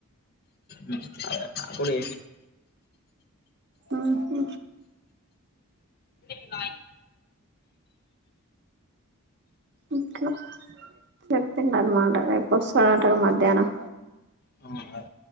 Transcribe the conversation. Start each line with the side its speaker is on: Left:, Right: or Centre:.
Left: ఉ అదే పొడి
Right: ఉమ్ హు
Left: ఉన్నాయ్
Right: ఇట్లా చెప్పిందానమాట రేపు వస్తాడంటగా మధ్యాహ్నం
Left: ఆ